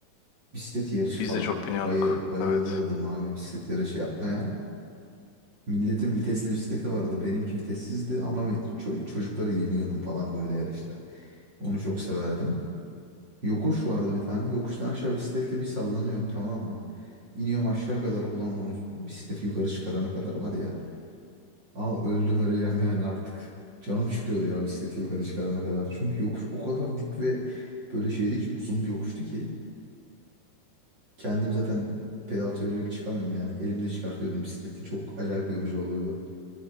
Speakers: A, on the right (about 30°); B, on the left (about 85°).
A: Bisiklet yarışı
B: Biz
A: falan.
B: de çok biniyorduk.
A: Bayı, bayılırdım
B: Evet.
A: abi bisiklet yarışı yapmaya. Milletin vitesli bisikleti vardı. Benimki vitessizdi ama ço- çocukları yeniyordum falan böyle yarışta. Onu çok severdim. Yokuş vardı bir tane. Yokuştan aşağı bisikletle bir sallanıyorum tamam mı? İniyorum aşağı kadar. Ulan onu bisikleti yukarı çıkarana kadar var ya. Ama öldüm öleceğim yani artık. Canım çıkıyordu ya bisikleti yukarı çıkarana kadar. Çünkü yokuş o kadar dik ve böyle şeydi ki uzun bir yokuştu ki. Kendim zaten pedal çevirerek çıkamıyorum yani. Elimde çıkartıyordum bisikleti. Çok acayip yorucu oluyordu.